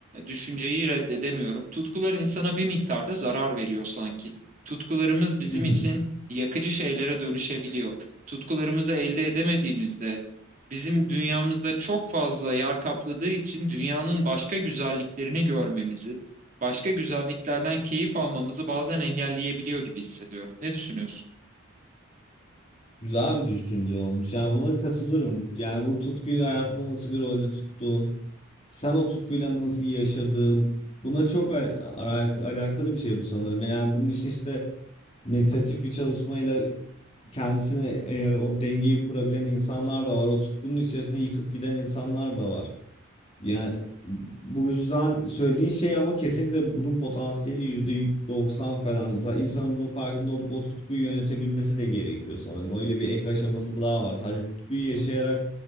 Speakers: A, on the right (about 35°); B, on the left (about 30°).
A: düşünceyi reddedemiyorum. Tutkular insana bir miktarda zarar veriyor sanki. Tutkularımız bizim
B: <laughs>
A: için yakıcı şeylere dönüşebiliyor. Tutkularımızı elde edemediğimizde bizim dünyamızda çok fazla yer kapladığı için dünyanın başka güzelliklerini görmemizi başka güzelliklerden keyif almamızı bazen engelleyebiliyor gibi hissediyorum. Ne düşünüyorsun?
B: Güzel bir düşünce olmuş. Yani buna katılırım. Yani bu tutkuyu hayatında nasıl bir rolde tuttuğun, sen o tutkuyla nasıl yaşadığın, buna çok al- alak- alakalı bir şey bu sanırım. Yani bunun için işte meditatif bir çalışmayla kendisine e, o dengeyi kurabilen insanlar da var. O tutkunun içerisinde yıkıp giden insanlar da var. Yani bu yüzden söylediğin şey ama kesinlikle bunun potansiyeli %90 falan. Za- İnsanın bunun farkında olup o tutkuyu yönetebilmesi de gerekiyor sanırım. Öyle bir ek aşaması daha var. Sadece tutkuyu yaşayarak